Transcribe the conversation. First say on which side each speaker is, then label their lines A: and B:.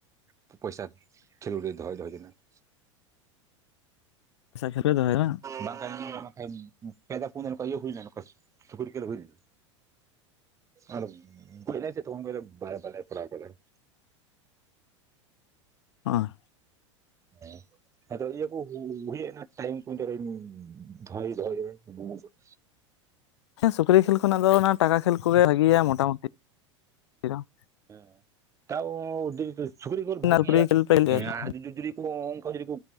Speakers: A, on the right (about 20°); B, on the left (about 60°).
A: ᱯᱚ ᱯᱚᱭᱥᱟ ᱠᱷᱮᱞᱳᱰ ᱜᱮ ᱫᱚᱦᱚᱭ ᱫᱚᱦᱚᱭ ᱛᱟᱦᱮᱱᱟ ᱾
B: ᱯᱚᱭᱥᱟ ᱠᱷᱮᱞ ᱯᱮ ᱫᱚᱦᱚᱭᱟ ᱵᱟᱝ
A: ᱵᱟᱝᱠᱷᱟᱡ <inaudible> ᱯᱮ ᱫᱷᱟᱣ ᱯᱩᱱ ᱫᱷᱟᱣ ᱱᱚᱠᱟ ᱤᱭᱟᱹ ᱦᱩᱭ ᱱᱟ ᱱᱚᱠᱟ ᱥᱩᱠᱨᱤ ᱠᱷᱮᱞ ᱦᱩᱭ ᱞᱮᱱᱟ ᱾ ᱟᱨ ᱜᱚᱡ ᱱᱟᱭ ᱥᱮ ᱛᱚ ᱛᱚᱠᱷᱚᱱ ᱠᱷᱚᱡ ᱞᱮ ᱵᱟᱭ ᱵᱟᱞᱮ ᱠᱚᱨᱟᱣ ᱫᱟᱞᱮ ᱾
B: ᱚᱸ ᱾
A: ᱦᱮᱸ‌᱾ ᱟᱫᱚ ᱤᱭᱟᱹ ᱠᱩ ᱦᱩᱭ ᱦᱮᱡ ᱱᱟ ᱴᱟᱭᱤᱢ ᱠᱩ <unintelligible> ᱫ ᱫᱚᱦᱚᱭ ᱫᱚᱦᱚᱭ ᱵᱮᱱ ᱦᱳᱭ ᱥᱮ ᱾ <unintelligible>
B: ᱦᱮᱸ ᱥᱩᱠᱨᱤ ᱠᱷᱮᱞ ᱠᱷᱚᱱᱟᱜ ᱫᱚ ᱚᱱᱟ ᱴᱟᱠᱟ ᱠᱷᱮᱞ ᱠᱚᱜᱮ ᱵᱷᱟᱹᱜᱤᱭᱟ ᱢᱚᱴᱟᱼᱢᱩᱴᱤ ᱴᱤ ᱫᱚ‌ ᱾
A: ᱦᱮᱸ ᱛᱟᱣ ᱟᱹᱰᱤ <unintelligible> ᱪᱷᱩᱠᱨᱤ ᱠᱩᱨ ᱵᱷᱟᱜᱤᱭᱟ
B: ᱥᱩᱠᱨᱤ ᱠᱷᱮᱞ ᱯᱮ ᱞᱟᱹᱭ
A: ᱦᱮᱸ
B: ᱟᱞᱮ
A: ᱟᱨ ᱡᱤ ᱡᱩᱫᱤ ᱠᱚ ᱚᱝᱠᱟ ᱡᱩᱫᱤ ᱠᱩ